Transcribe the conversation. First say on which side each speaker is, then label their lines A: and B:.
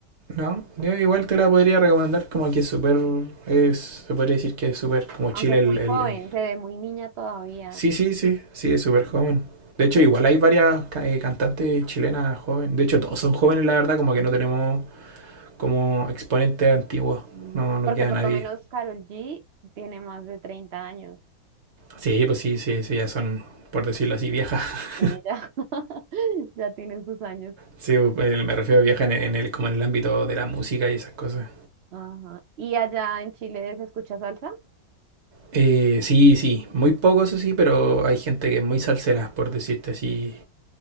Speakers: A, on the right; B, on the right.
A: No, yo igual te la podría recomendar como que es súper, es- se podría decir que es súper como chile
B: Aunque es
A: el,
B: muy
A: el-
B: joven,
A: el-
B: se ve muy niña todavía.
A: Sí, sí, sí, sí, es súper joven. De hecho,
B: Pues,
A: igual hay varias ca- eh, cantantes chilenas jóvenes. De hecho, todos son jóvenes, la verdad, como que no tenemos como exponentes antiguos.
B: Mm,
A: No, no
B: Porque
A: queda
B: por
A: nadie.
B: lo menos Karol G tiene más de treinta años.
A: Sí, pues sí, sí, sí, ya son, por decirlo así, viejas. <laughs>
B: Sí, ya, <laughs> ya tienen sus años.
A: Sí, pues, eh, me refiero a viejas en el, en el- como en el ámbito de la música y esas cosas.
B: Ajá. ¿Y allá en Chile se escucha salsa?
A: Eh, sí, sí, muy poco eso sí, pero hay gente que es muy salsera, por decirte así.